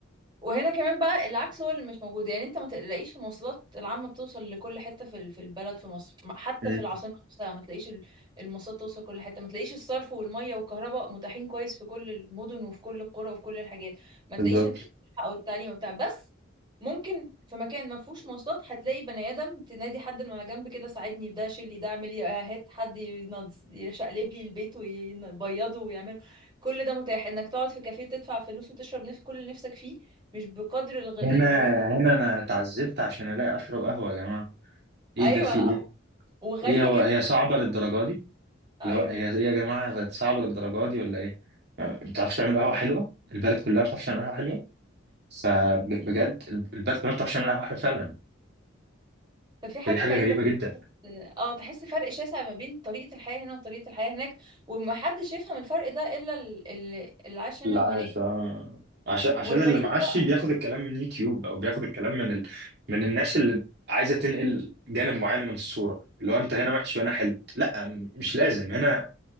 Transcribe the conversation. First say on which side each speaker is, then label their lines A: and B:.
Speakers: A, on the right (about 25°); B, on the right (about 55°).
A: وهنا كمان بقى العكس هو اللي مش موجود يعني انت ما تلاقيش المواصلات العامة بتوصل لكل حتة في ال- في البلد في مصر ما- حتى
B: مم.
A: في العاصمة نفسها ما تلاقيش ال- المواصلات توصل كل حتة ما تلاقيش الصرف والمية والكهرباء متاحين كويس في كل المدن وفي كل القرى وفي كل الحاجات ما تلاقيش
B: بالظبط
A: الت- او التعليم بتاع بس ممكن في مكان ما فيهوش مواصلات هتلاقي بني ادم تنادي حد من على جنب كده ساعدني في ده شيل لي ده اعمل لي آه، هات حد ينض- يشقلب لي البيت ويبيضه ويعمل كل ده متاح انك تقعد في كافيه تدفع فلوس وتشرب نف كل اللي نفسك فيه مش بقدر الغ...
B: هنا
A: الغلو
B: هنا انا اتعذبت عشان الاقي اشرب قهوه يا جماعه ايه
A: ايوه
B: ده في ايه
A: وغالية
B: ايه هو
A: جدا
B: هي صعبه
A: مقارنة-
B: للدرجه دي
A: ايوه
B: اللي هو هي ايه يا جماعه بقت صعبه للدرجه دي ولا ايه ما بتعرفش تعمل قهوه حلوه البلد كلها ما بتعرفش تعمل قهوه حلوه فبجد البلد كلها ما بتعرفش تعمل قهوه حلوه فعلا
A: ففي حاجة
B: فدي حاجه
A: غريبة
B: غريبه جدا
A: اه تحس فرق شاسع ما بين طريقة الحياة هنا وطريقة الحياة هناك ومحدش يفهم الفرق ده إلا ال- ال- اللي عاش هنا
B: اللي عايش
A: وهناك
B: اه عشان عشان
A: والغريب
B: اللي معاشي
A: بقى
B: بياخد الكلام من يوتيوب او بياخد الكلام من ال... من الناس اللي عايزه تنقل جانب معين من الصوره اللي هو انت هنا وحش وهنا حلو لا مش لازم هنا